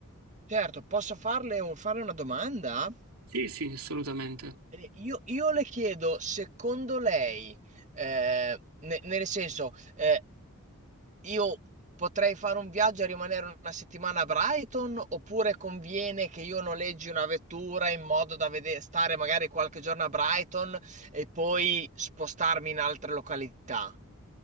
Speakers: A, on the right; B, on the right.
A: Certo, posso farle un- fare una domanda?
B: Sì, sì, assolutamente.
A: Eh, Io, io le chiedo, secondo lei, eh, ne- nel senso, eh, Io potrei fare un viaggio e rimanere una settimana a Brighton, oppure conviene che io noleggi una vettura in modo da vede- stare magari qualche giorno a Brighton e poi spostarmi in altre località?